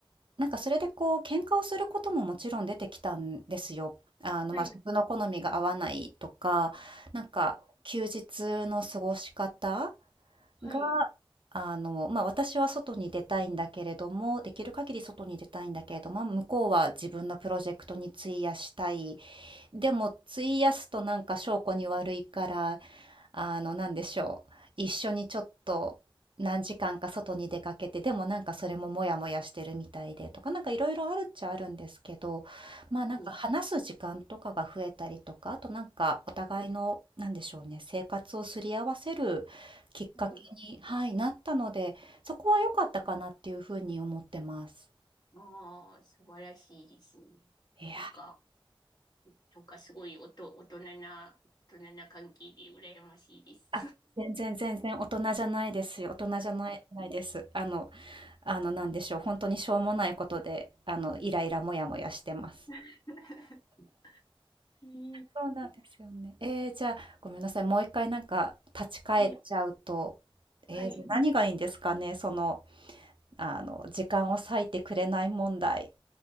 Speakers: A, on the right; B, on the left.
A: なんかそれでこう、喧嘩をすることももちろん出てきたんですよ。あの、
B: はい、
A: ま、食の好みが合わないとか、なんか休日の過ごし方
B: はい。
A: が、あの、ま、私は外に出たいんだけれども、できる限り外に出たいんだけれども、向こうは自分のプロジェクトに費やしたい。でも費やすとなんか証拠に悪いからあの、なんでしょう。一緒にちょっと何時間か外に出かけて、でもなんかそれもモヤモヤしてるみたいでとか、なんかいろいろあるっちゃあるんですけど、まあなんか話す時間とかが増えたりとか、
B: はい。
A: あとなんかお互いの、なんでしょうね、生活をすり合わせるきっかけに、
B: はい。
A: はい、なったので、そこは良かったかなっていうふうに思ってます。
B: ああ、素晴らしいですね。
A: いや、
B: なんか、なんかすごいおと、大人な、大人な関係で羨ましいです。
A: あ、全然全然大人じゃないですよ。大人じゃないないです。あの、あの、なんでしょう、本当にしょうもないことで、あの、イライラモヤモヤしてます。
B: <laughs> ね
A: そうなんですよね。ええ、じゃあ、ごめんなさい、もう1回なんか立ち返っちゃうと、
B: え
A: ええ、
B: はい、はい。
A: じゃ、何がいいんですかね、その、あの、時間を割いてくれない問題。